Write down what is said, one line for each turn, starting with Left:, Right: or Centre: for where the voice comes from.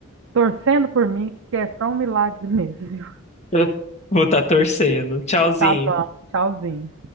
Right: torcendo por mim, que é só um milagre <laughs> mesmo, viu?
Left: Eu vou estar torcendo. Tchauzinho.
Right: Tá bom, tchauzinho.